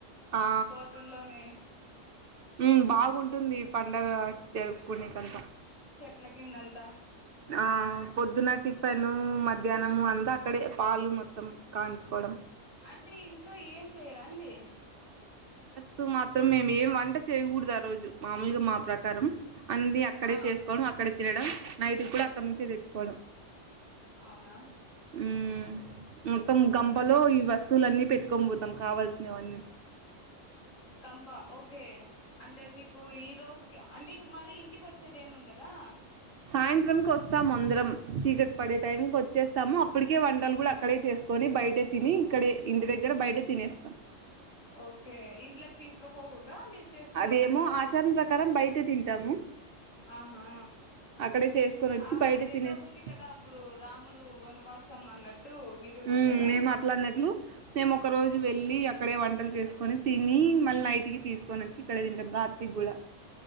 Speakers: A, on the right; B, on the left.
A: ఆ
B: తోటల్లోనే
A: ఉమ్ బాగుంటుంది పండగ జరుపుకునేకంతా
B: చెట్లకిిందంతా
A: ఆ పొద్దున టిఫెను‌ మద్ ధ్యనము అంతా అక్కడే పాలు మొత్తం. కాంచుకోడం
B: అంటే ఇంట్లో ఏం చేయరా అండి
A: తు మాత్రం మేము ఏం వంట చేయకూడదు ఆ రోజు మామూలుగా మా ప్రకారం అన్ని అక్కడే
B: ఆ
A: చేసుకోడం అక్కడే తినడం నైట్ కు కూడా అక్కడ నుంచే తెచ్చుకోవడం
B: అవునా
A: ఉ మొత్తం
B: ఉమ్
A: గంపలో ఈ వస్త వస్తువులన్నీ పెట్టుకోం బోతాం కావల్సినవన్నీ
B: గంప ఒకే అంటే మీకు ఈ రోజు అంటే ఇంక మరి ఇంటికోచ్చేది ఏమి ఉండదా
A: సాయంత్రంకి వస్తాము అందరం చీకటి పడే టైంకి వచ్చేస్తాము అప్పటికే వంటలు కూడా అక్కడే చేసుకొని బయటే తిని ఇక్కడే ఇంటి దగ్గర బయటే తినేస్తాం
B: ఒకే ఇంట్లోకి తీసుకపోకూడదా మీరు చేసుకున్న
A: అదేమో
B: వంటలు
A: ఆచారం ప్రకారం బయట తింటాము
B: ఆహా
A: అక్కడే చేసుకొని వచ్చి
B: ఆ
A: బయట
B: ఏదో
A: తినేస్తాం
B: ఉంది కదా అప్పుడు రాముడు వనవాసం అన్నట్టు మీరు
A: హ్మ్
B: పోతారా
A: మే మాట్లాడినట్లు మేము ఒక రోజు వెళ్ళి అక్కడే వంటలు చేసుకొని తిని మళ్ళ నైట్ కు తీసుకొని వచ్చి ఇక్కడే తింటాం రాత్రికి కూడా